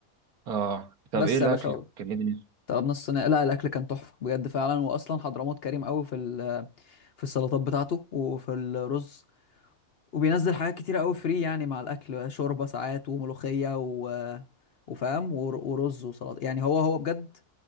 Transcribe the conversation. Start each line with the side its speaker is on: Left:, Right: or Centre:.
Right: اه طب
Left: بس
Right: ايه الاكل
Left: يا باشا
Right: كان ايه دنيته
Left: طلبنا الصينيه لا الاكل كان تحفه بجد فعلا واصلا حضرموت كريم قوي في ال- في السلطات بتاعته وفي الرز وبينزل حاجات كتيرة قوي فري يعني مع الاكل شوربه ساعات وملوخيه و... وفاهم ور- ورز وسلطه يعني هو هو بجد